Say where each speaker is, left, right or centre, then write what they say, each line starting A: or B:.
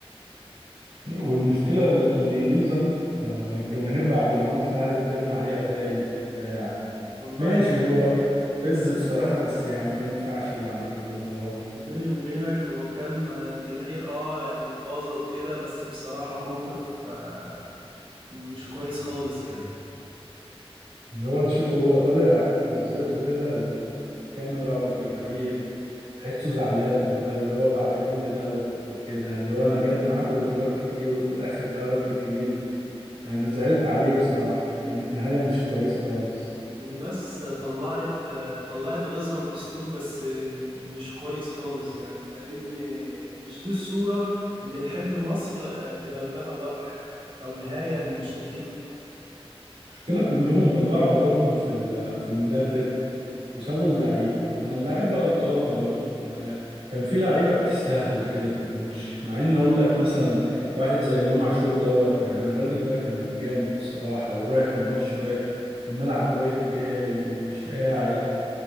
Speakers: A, on the right; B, on the right.
A: والمشكلة اللي يغيظك آه، الجماهير بعد الماتش قعدت ترمي عليه أزايز وبتاع
B: والله
A: ماشي هو كان فز بصراحة بس يعني ما ينفعش اللي عمله ده برضه
B: بيني وبينك هو كان جماهير اه يعني متغاظة وكده بس بصراحة موقف آه، مش كويس خالص يعني
A: اللي هو تشوفه هو طالع نظرته كده لل- للكاميرا والجماهير تحسه زعلان والله اللي هو بعد كل دوت أو كده اللي هو أنا جايب معاكم بطولات كتير وفي الآخر ده رد الجميل يعني زعلت عليه بصراحة كانت نهاية مش كويسة خالص
B: الناس طلعت آه، طلعت غيظها بأسلوب بس مش كويس خالص يعني لأن مش دي الصورة اللي نحب مصر آه، تبان لها بره يعني أو نهاية مش لطيفة
A: المشكلة كلهم طلعوا غضبهم في ال- في المدرب وسابوا اللعيبة طب ما اللعيبة غلطانة برضو ما كان في لعيبة بتستهبل كده في الماتش مع ان اقول لك مثلا واحد زي امام عاشور دوت يعني الراجل ده كان جامد بصراحة ورايح الماتش رايح الملعب رايح جاي ومش قاعد